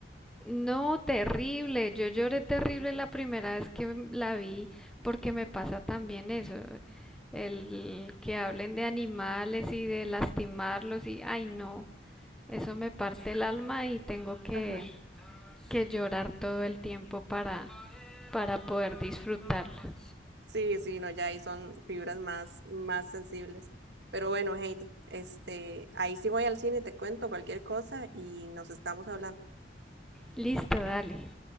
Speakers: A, in the centre; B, on the right.
A: No, terrible. Yo lloré terrible la primera vez que m- la vi porque me pasa también eso. El que hablen de animales y de lastimarlos y, ay no, eso me parte el alma y tengo que,
B: ajá
A: que llorar todo el tiempo para, para poder disfrutarla.
B: Sí, sí, no, ya ahí son fibras más, más sensibles. Pero bueno, Heidi, este, ahí sí voy al cine, te cuento cualquier cosa y nos estamos hablando.
A: Listo, dale.